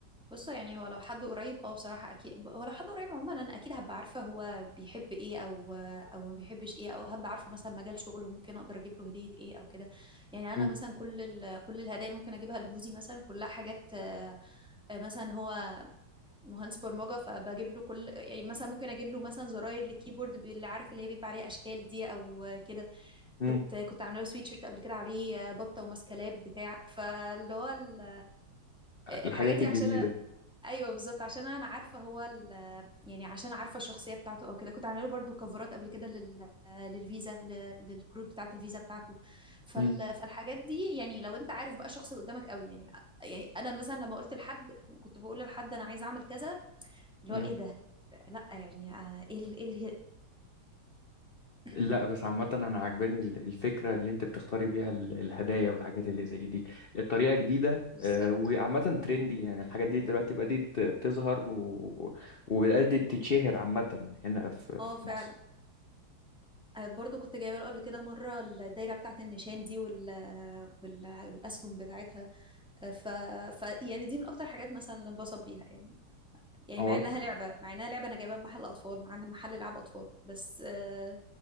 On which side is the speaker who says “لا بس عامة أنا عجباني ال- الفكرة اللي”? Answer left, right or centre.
Left